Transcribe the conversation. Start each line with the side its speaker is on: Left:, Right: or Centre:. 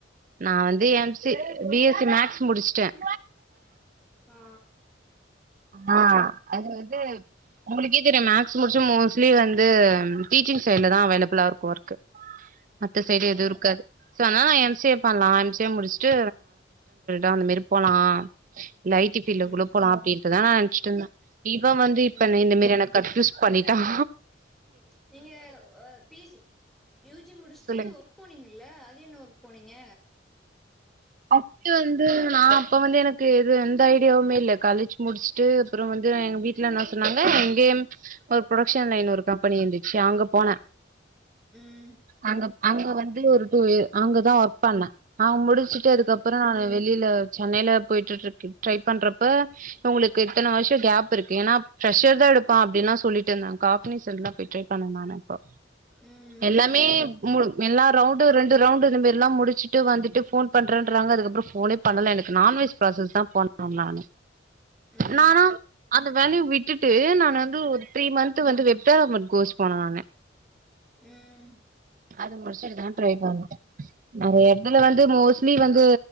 Right: நான் வந்து எம்சி பிஎஸ்சி மேக்ஸ் முடிச்சுட்டேன்
Centre: ஆ
Right: ஆ அது வந்து உங்களுக்கே தெரியோ மேக்ஸ் முடிச்சி மோஸ்ட்லி வந்து டீச்சிங் சைட்ல தான் வேலபுளா இருக் வோர்க்கு மத்த சைடு
Centre: ஆமா
Right: எதுவு இருக்காது சொ அதனால எம்சி பண்ணலாம் டேம் முடிஸ்ட்டு <unintelligible> அந்த மெரி போலா இல்ல ஐ டி பில்லா
Centre: ம்
Right: குள்ள போலாம் அப்டின் இப்ப தான் நா நினச்சிட்டு இர்ந்த இவன் வந்து இப்ப
Centre: ம்
Right: என்ன இந்த மேரி என்ன கன்பியூஸ் பண் பண்ணிட்டான்
Centre: நீங்க ஆஹ் பிஜி யூஜி முடிச்சுட்டு
Right: சொல்லுங்க
Centre: ஒர்க் போனீங்கல்ல அது என்ன ஒர்க் போனீங்க
Right: அப்ப வந்து நான் அப்ப வந்து எனக்கு எது எந்த ஐடியாவுமே இல்ல காலேஜ் முடிச்சுட்டு அப்புறம் வந்து எங்க வீட்டுல நான் சொன்னாங்க எங்கேயும் ஒரு ப்ரொடக்ஷன் லைன் ஒரு கம்பெனி இருந்துச்சு அங்க போனே
Centre: ம்
Right: அங்க அங்க வந் து து அங்கதான் ஒர்க் பண்ணேன் ஆஹ் முடிச்சு ட்டு
Centre: ம்
Right: இதுக்கு அப்புறம் வெளியில சென்னைல போயிகிட்டு இருக்கேன் ட்ரை பண்றப்ப உங்களுக் இத்தன வருஷம் கேப் இருக் கு ஏன்னா பிரஷர் தான் எடுப்பான் அப்படிலாம் சொல்லிட்டு இருந்தாங்க காக்கனேஜ் போய் ட்ரை பண்ணப்ப
Centre: ம்
Right: எல்லாமே எல்லா ரவுண்டு ரெண்டு ரவுண்டு இதுமாரி எல்லாம் முடிச்சுட்டு வந்துட்டு போன் பண்றேன்றாங்க அதுக்கு அப்புறம் போனே பண்ணல எனக்கு நான்வெஜ் ப்ராசஸ் தான் போன் பண்ணேன் நானு
Centre: ம்
Right: நானும் அது வேலைய விட்டுட்டு நான் வந்து ஒரு த்ரீ மந்த் வந்து வெப் டெவலப்மென்ட் கோர்ஸ் போனேன் நானு
Centre: ம்
Right: அது முடிச்சட்டுதான் ட்ரை பண்ணும் நறைய இடத்துல வந்து மோஷ் இட்லி வந்து